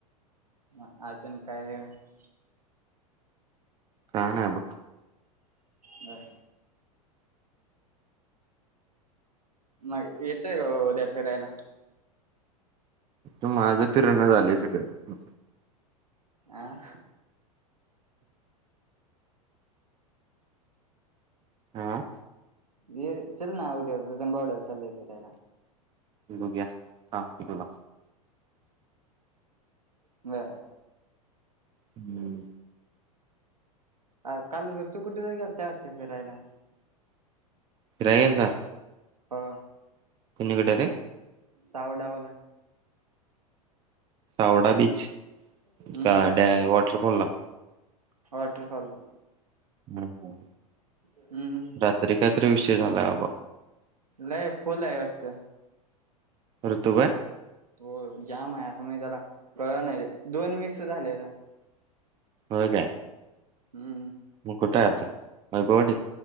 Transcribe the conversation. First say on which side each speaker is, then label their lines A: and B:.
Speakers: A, on the right; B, on the right.
A: मग अजून काय? <unintelligible>
B: काय नाय बघ.
A: बर. मग येतोय का उद्या फिरायला?
B: इथं मागं फिरणा झालंय सगळं हम्म.
A: आ?
B: आ?
A: ये चलना उद्या गगनबावड्याला चाललोय फिरायला.
B: बघुया सांगतो तुला.
A: बर.
B: हम्म.
A: आर काल ऋतू कुठतरी गेलता वाटत फिरायला?
B: फिराय गेलता?
A: हो
B: कुणीकडे रे
A: सावडावला.
B: सावडा बीच
A: हम्म
B: का डॅ वॉटरफॉल ला.
A: वॉटरफॉल
B: हम
A: हम्म
B: रात्री काहीतरी विषय झाला अब
A: नाही फुल्ल हाय वाटतं.
B: ऋतु काय?
A: होय जाम आहे असं म्हणजे त्याला कळल नाही, दोन मिक्स झालेलं.
B: होय काय
A: हम्म
B: कुठे आहे आता अवघड